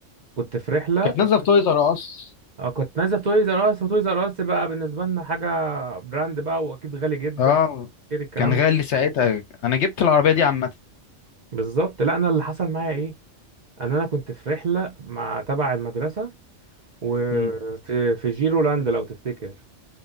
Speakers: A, on the right; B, on the left.
A: كنت في رحله
B: كانت نازله في تويز ار اس
A: اه كنت نازل في تويز ار اس وتويز ار اس بقى بالنسبه لنا حاجه براند بقى واكيد غالي جدا
B: اه
A: غير الكلام
B: كان غالي
A: ده
B: ساعتها انا جبت العربيه دي عامه
A: بالظبط لا انا اللي حصل معايا ايه ان انا كنت في رحله مع تبع المدرسه وفي
B: مم.
A: في جيرولاند لو تفتكر